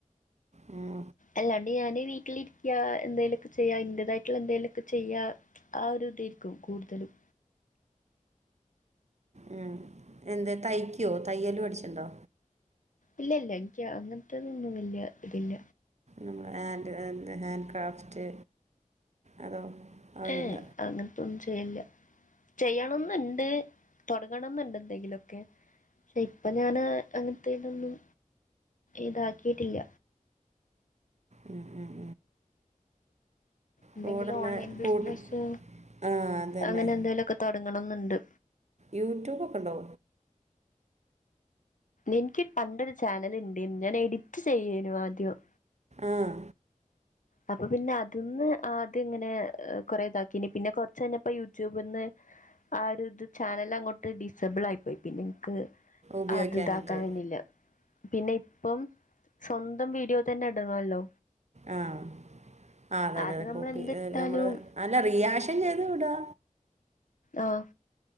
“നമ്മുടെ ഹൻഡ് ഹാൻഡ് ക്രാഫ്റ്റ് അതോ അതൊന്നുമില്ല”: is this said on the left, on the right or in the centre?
Right